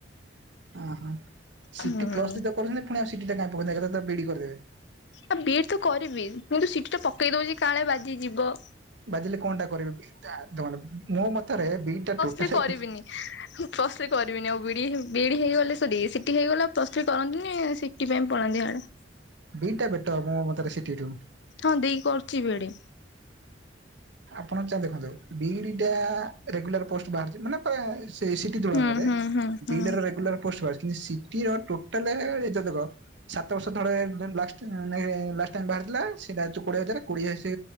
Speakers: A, on the right; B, on the left.
A: ଓହୋ ସିଟି
B: ହୁଁ
A: ପ୍ଲସଥ୍ରି ତ କରୁଛନ୍ତି ପୁଣି ଆଉ ସିଟିଟା କାଇଁ ପକଉଥିଲେ ଏକାଥରେ ତ ବି ଇ ଡି କରିଦେବେ।
B: ଏ ବି ଇ ଡି ତ କରିବି କିନ୍ତୁ ସିଟିିଟା ପକେଇ ଦଉଚି କାଳେ ବାଜି ଯିବ।
A: ବାଜିଲେ କଣଟା କରିବୁ <unintelligible> ମୋ ମତରେ ବି ଟା ଟୋଟାଲେ
B: ଥ୍ରୀ କରିବିନି ହ ହୁଁ- ପ୍ଲସ୍ ଥ୍ରୀ କରିବିନି ଆଉ ବିଡ଼ି- ବିଇଡ଼ି ହେଇ- ହେଇଗଲେ ସରି ସିଟିି ହେଇଗଲେ ପ୍ଲସ୍ ଥ୍ରୀ କରନ୍ତିନି ସିଟିି ପାଇଁ ପଳାନ୍ତି ହିଆଡେ।
A: ବିଇଡି ଟା ବେଟର୍ ହବ ମୋ ମତରେ ସିଟି ଠୁ।
B: ହଁ ଦେଇ କରୁଚି ବିଇଡି।
A: ଆପଣ ଚା- ଦେଖନ୍ତୁ ବିଇଡି ଟା ରେଗୁଲାର୍ ପୋଷ୍ଟ୍ ବାହାରୁଚି ମାନେ ପ୍ରାୟେ ସେଇ ସିଟି ତୁଳନାରେ
B: ହୁଁ ହୁଁ ହୁଁ ହୁଁ
A: ବିଇଡି ଟାର ରେଗୁଲାର ପୋଷ୍ଟ ବାହାରୁଚି କିନ୍ତୁ ସିଟିର ଟୋଟାଲେ ଏ ଯଉ ଦେଖ ସାତ ବର୍ଷ ତଳେ ଦେନ୍ ଲାଷ୍ଟ ନା ଲାଷ୍ଟ ଟାଇମ୍ ବାହାରିଥିଲା ସେଟା ହଉଚି କୋଡିଏ ହଜାର କୋଡିଏ ସେ